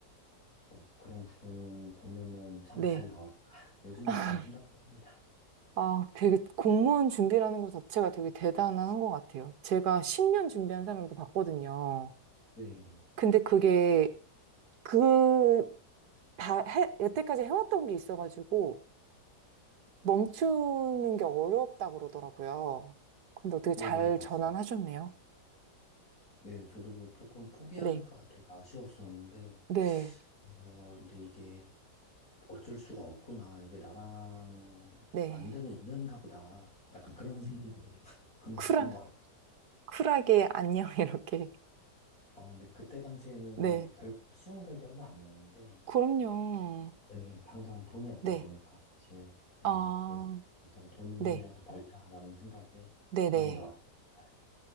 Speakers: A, on the left (about 55°); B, on the right (about 70°).
A: 그래서 그런 부분 보면은 참
B: 네.
A: 잘 나왔다. <laughs> 요즘엔
B: <laughs>
A: 그런 생각도 합니다.
B: 아, 되게 공무원 준비라는 것 자체가 되게 대단한 것 같아요. 제가 10년 준비한 사람도 봤거든요.
A: 네,
B: 근데 그게 그, 다 해, 여태까지 해왔던 게 있어가지고 멈추는 게 어렵다 그러더라고요. 근데 어떻게
A: 네,
B: 잘
A: 맞습니다.
B: 전환하셨네요.
A: 네, 저도 뭐 조금 포기하기가
B: 네.
A: 되게 아쉬웠었는데,
B: 네,
A: 어, 근데 이게 어쩔 수가 없구나. 이게 나랑
B: 네.
A: 안 되는 인연인가 보다. 약간 그런 생각로 그만뒀던
B: 쿨하,
A: 것 같아요.
B: 쿨하게 안녕, <laughs> 이렇게.
A: 어, 근데 그때 당시에는
B: 네.
A: 결국 쉬운 결정은 아니었는데,
B: 그럼요.
A: 네 당장 돈이 없다
B: 네.
A: 보니까 사실, 네
B: 아,
A: 그래서 일단 돈이라도
B: 네.
A: 벌자라는 생각에
B: 네네.
A: 금방 나왔던 것 같아요.